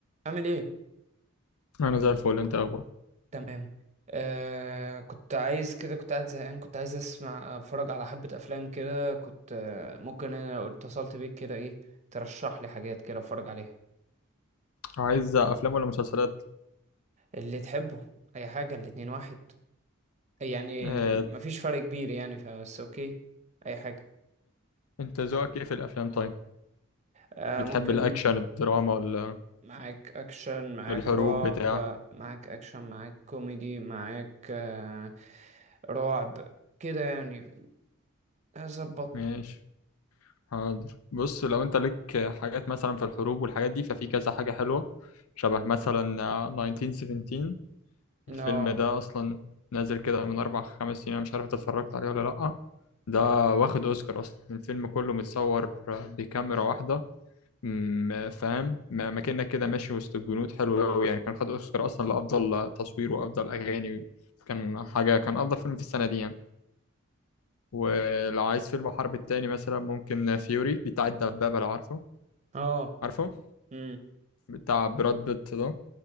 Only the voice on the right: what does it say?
عامل ايه
تمام آه كنت عايز كده كنت قاعد زهقان كنت عايز اسمع اتفرج على حبة افلام كده كنت آه ممكن انا لو اتصلت بيك كده ايه ترشح لي حاجات كده اتفرج عليها
اللي تحبه اي حاجة الاتنين واحد يعني
ال- مفيش فرق كبير يعني فبس اوكي اي حاجة
آه
ممكن
معاك اكشن معاك
رعب
معاك اكشن معاك كوميدي معاك آه رعب كده يعني ظبطني
اه
اه
امم